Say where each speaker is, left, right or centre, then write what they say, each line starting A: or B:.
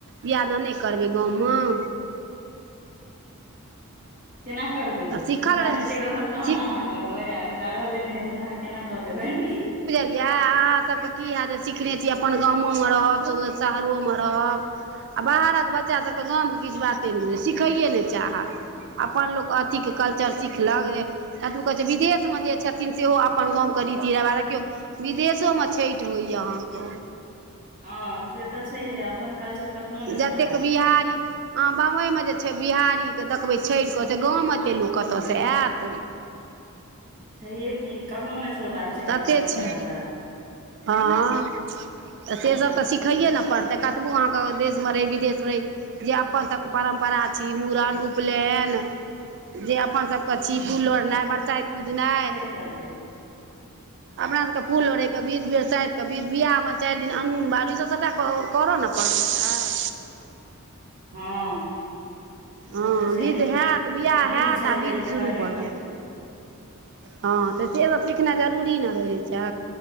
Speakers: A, on the right; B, on the right.
A: बियाह दान नइ करबै गाँवम
B: केना करबै
A: तऽ सीखल
B: हुनका
A: रहै
B: हेते रहल तहन
A: सीख
B: अहाँ करबै आ हुनका रहले ने हेतै तऽ अहाँ केना कऽ देबैन
A: इएह अहाँसभके की हैत जे सिखने छी अपन गाम म रहब शहरो म रहब आ बाहरक बच्चा सभके गाम के किछु बाते नहि बुझै छै सिखैए नइ चाहत अपन लोक अथीके कल्चर सिखलक जे <unintelligible> कहै छै विदेश मे जे छथिन सेहो अपन गामके रीती रीबाज देखियौ विदेशो मे छैठ होइ यऽ अहाँ कऽ
B: हँ से तऽ छैहे अपन कल्चर कखनो नहि
A: जतेक
B: छोड़बाक
A: बिहारी
B: चाही
A: हँ बम्बइमे जे छै बिहारीके देखबै छठि कऽ से गाव मऽ एतेक लोक कतयसँ आयत
B: छैे कि कखनो नहि छोड़बाक चाही
A: ततेक
B: अपन
A: छै
B: परम्परा
A: हँ तऽ से सभ तऽ सिखैए
B: हूँ,
A: नऽ पड़तै क तऽ भगवानके देशमे रहै विदेशमे रहै <unintelligible> जे अपन सभके परम्परा छै मूड़न उपनयन जे अपन सभके छी फूल लोढ़नाइ बरसाइत पूजनाइ
B: परते
A: अपना सबके फूल लढ़ेके बिध बेर साइ के बिध बियाह में चारि दिन अनून बाइर इ सभ सभटा करऽ ने पड़ै छै
B: हँ ई
A: हँ
B: सब तऽ छैहे
A: विध हैत विवाह
B: विध
A: हैत
B: छै
A: आ विधि
B: तऽ ई तऽ
A: शुरू
B: करहे
A: भऽ
B: पड़तै
A: जायत हँ तऽ सेहो सिखनाइ जरूरी ने रहै छै